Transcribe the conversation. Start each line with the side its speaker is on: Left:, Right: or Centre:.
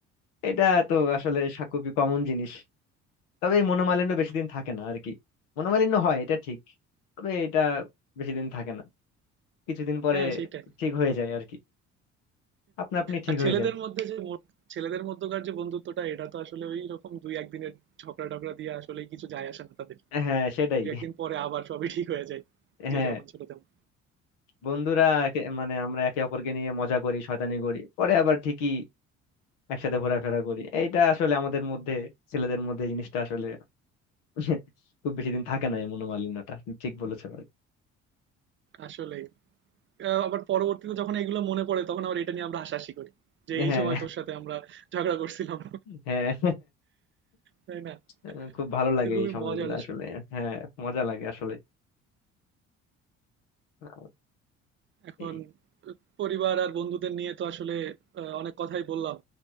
Left: এটা তো আসলে সা- খুবই কমন জিনিস তবে এই মনোমালিন্য বেশি দিন থাকে না আর কি মনোমালিন্য হয় এটা ঠিক তবে এটা বেশি দিন থাকে না কিছুদিন পরে
Right: হ্যাঁ, সেটাই।
Left: ঠিক হয়ে যায় আর কি আপনা আপনি ঠিক
Right: আর
Left: হয়ে
Right: ছেলেদের
Left: যায়
Right: মধ্যে যে মো ছেলেদের মধ্যকার যে বন্ধুত্বটা এটা তো আসলে ঐরকম ২-১ দিনের ঝগড়া-টগড়া দিয়ে আসলেই কিছু যায় আসে না তাদের।
Left: হ্যাঁ সেটাই
Right: ২-১ দিন পরে আবার সবই ঠিক হয়ে যায়। যে
Left: হ্যাঁ
Right: যেমন ছিল তেমন।
Left: বন্ধুরা একে- মানে আমরা একে অপরকে নিয়ে মজা করি শয়তানি করি পরে আবার ঠিকই একসাথে ঘোরাফেরা করি এইটা আসলে আমাদের মধ্যে ছেলেদের মধ্যে এই জিনিসটা আসলে <laughs> খুব বেশি দিন থাকে না এই মনোমালিন্যটা ঠিক বলেছো ভাই।
Right: আসলেই। আ আবার পরবর্তীতে যখন এগুলো মনে পড়ে তখন আবার এটা নিয়ে আমরা হাসাহাসি করি। যে এই
Left: হ্যাঁ
Right: সময় তোর সাথে আমরা ঝগড়া করছিলাম।
Left: হ্যাঁ
Right: তাই না?
Left: আহ, খুব ভালো লাগে
Right: তো খুবই
Left: এই সময়গুলো
Right: মজার আসলে।
Left: আসলে হ্যাঁ মজা লাগে আসলে আহ,
Right: এখন
Left: এই-
Right: পরিবার আর বন্ধুদের নিয়ে তো আসলে আহ, অনেক কথাই বললাম